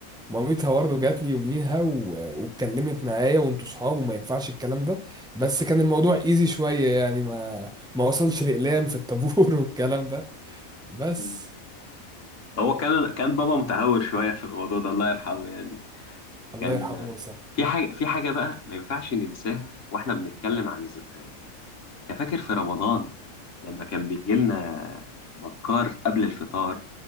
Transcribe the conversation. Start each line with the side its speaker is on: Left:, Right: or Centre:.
Centre: مامتها برضه جات لي يوميها و... واتكلمت معايا وانتوا صحاب وما ينفعش الكلام ده بس كان الموضوع ايزي شوية يعني ما ما وصلش لإقلام في الطابور <laughs> والكلام ده بس
Left: مم. هو كان كان بابا متهور شويه في الموضوع ده الله يرحمه يعني
Centre: الله
Left: كان
Centre: يرحمه ويسامحه
Left: في حاجة في حاجة بقى ما ينفعش ننساها واحنا بنتكلم عن الذكريات انت فاكر في رمضان لما كان بيجي لنا بكار قبل الفطار